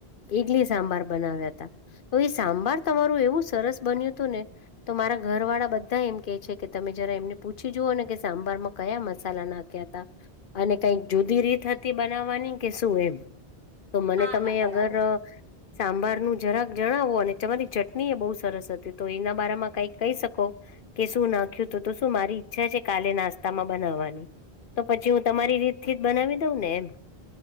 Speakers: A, on the left; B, on the right.
A: ઈડલી સાંભાર બનાવ્યાતા તો એ સાંભાર તમારું એવું સરસ બન્યું હતું ને તો મારા ઘર વાળા બધા કે છે તમે જરા એમને પૂછી જુઓ ને કે સાંભાર માં કયા મસાલા નાખ્યા હતા અને કંઈક જુદી રીત હતી બનાવવાની કે શું એમ તો મને
B: હા
A: તમે
B: હા બરાબર
A: અગર સાંભારનું જરાક જણાવો અને તમારી ચટણી એ બહુ સરસ હતી તો એના બરાામાં કઈક કહી શકો કે શું નાખ્યું તો તો શું મારી ઈચ્છા છે કાલે નાસ્તા માં બનાવવાની તો પછી હું તમારી રીત થી જ બનાવી દઉં ને એમ